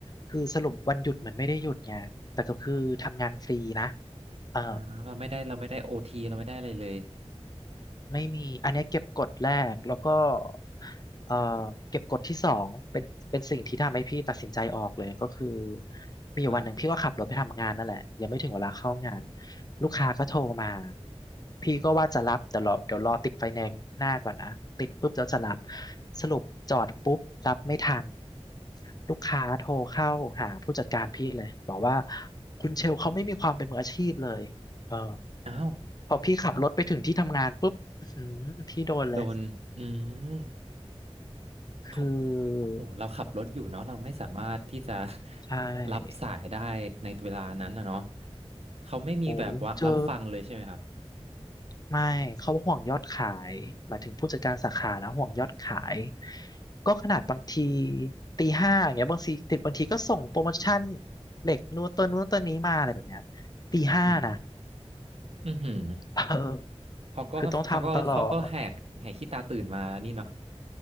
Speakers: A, on the left; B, on the right.
A: คือสรุปวันหยุดเหมือนไม่ได้หยุดไงแต่ก็คือทำงานฟรีนะเออ
B: อ่าเราไม่ได้เราไม่ได้โอทีเราไม่ได้อะไรเลย
A: ไม่มีอันเนี้ยเก็บกดแรกแล้วก็เอ่อเก็บกดที่สองเป็นเป็นสิ่งที่ทำให้พี่ตัดสินใจออกเลยก็คือมีอยู่วันหนึ่งพี่ก็ขับรถไปทำงานนั่นแหละยังไม่ถึงเวลาเข้างาน
B: ครับ
A: ลูกค้าก็โทรมาพี่ก็ว่าจะรับแต่รอเดี๋ยวรอติดไฟแนนซ์หน้าก่อนนะติดปุ๊บแล้วจะรับสรุปจอดปุ๊บรับไม่ทันลูกค้าโทรเข้าหาผู้จัดการพี่เลยบอกว่าคุณเชลเขาไม่มีความเป็นมืออาชีพเลยเออ
B: อ้าว
A: พอพี่ขับรถไปถึงที่ทำงานปุ๊บ อืมพี่โดนเลย
B: โดนอืม
A: คื
B: เขาโอ้โหเราขับรถอยู่เนาะเราไม่สามารถที่จะ
A: อ
B: <laughs>
A: ใช่
B: รับสายได้ในเวลานั้นนะเนาะเขาไม่มีแบบว่ารับฟังเลยใช่ไหมครับ
A: โอ้ยเจอไม่เขาห่วงยอดขายหมายถึงผู้จัดการสาขานะห่วงยอดขายก็ขนาดบางทีตีห้าอย่างเงี้ยบางทีติดบางทีก็ส่งโปรโมชั่นเหล็กนู้นตัวนู้นตัวนี้มาอะไรแบบเนี้ยตีห้านะ
B: อือหืออือหือ
A: เออ
B: เขาก็เขาก็เขาก็แหกแหกขี้ตาตื่นมานี่เนาะ
A: คือต้องทำตลอด